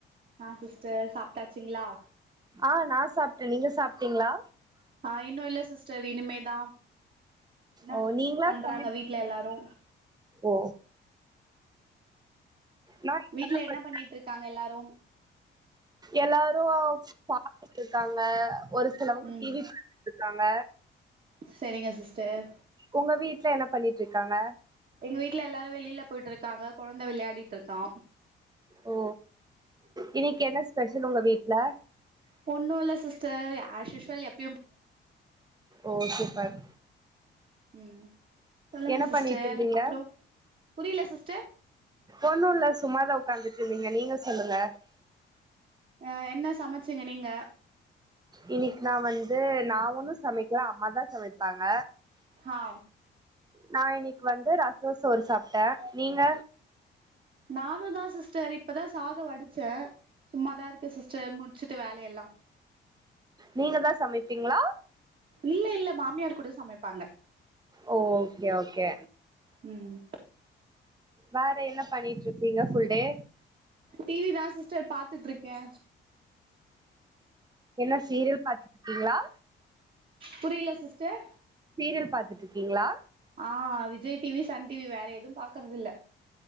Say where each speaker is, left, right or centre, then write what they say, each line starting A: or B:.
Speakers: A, on the right; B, on the right.
A: ஆ சிஸ்டர் சாப்ட்டாச்சுங்களா
B: ஆ நா சாப்ட்ட நீங்க சாப்ட்டீங்களா
A: அ இன்னு இல்ல சிஸ்டர் இனிமேதா இன்னா
B: ஓ நீங்களா
A: பண்றாங்க
B: சமைப்பி
A: வீட்ல எல்லாரு
B: ஓ நா இப்பதா
A: வீட்ல என்ன
B: கொஞ்ச
A: பண்ணிட்ருக்காங்க எல்லாரு
B: எல்லாரு சாப்ட்டுட்ருக்காங்க ஒரு சிலவுங்க
A: ம்
B: டி வி பாத்துட்ருக்காங்க
A: செரிங்க சிஸ்டர்
B: உங்க வீட்ல என்ன பண்ணிட்ருக்காங்க
A: எங்க வீட்ல எல்லாரு வெளில போயிட்ருக்காங்க கொழந்த வெளையாடிட்ருக்கா
B: ஓ இன்னிக்கி என்ன ஸ்பெஷல் உங்க வீட்ல
A: ஒண்ணு இல்ல சிஸ்டர் ஆஸ்யூஸ்வல் எப்
B: ஓ சூப்பர்
A: ம் சொல்லுங்க
B: என்ன
A: சிஸ்டர்
B: பண்ணிட்டு இருந்தீங்க
A: அப்புறோ புரியுல சிஸ்டர்
B: ஒண்ணூல சும்மாதா ஒக்காந்துட்டு இருந்தீங்க நீங்க சொல்லுங்க
A: அ என்ன சமச்சீங்க நீங்க
B: இன்னிக்கி நா வந்து நா ஒன்னு சமைக்கல அம்மாதா சமைப்பாங்க
A: ஆ
B: நா இன்னிக்கு வந்து ரசோ சோறு சாப்ட்டே நீங்க
A: நானு தா சிஸ்டர் இப்பதா சாதோ வடிச்சே சும்மாதா இருக்க சிஸ்டர் மு ச்சித்த வேலையெல்லாம்
B: நீங்க தா சமைப்பீங்களா
A: இல்ல இல்ல மாமியார் கூட சமைப்பாங்க
B: ஓ ஓகே ஓகே
A: ம்
B: வேற என்ன பண்ணிட்டு இருக்கீங்க ஃபுல் டே
A: டிவி தா சிஸ்டர் பாத்துட்ருக்கே
B: என்ன சீரியல் பாத்துட்டு இருக்கீங்களா
A: புரியில சிஸ்டர்
B: சீரியல் பாத்துட்டு இருக்கீங்களா
A: ஆ விஜய் டிவி சன் டிவி வேற எது பாக்குறதில்ல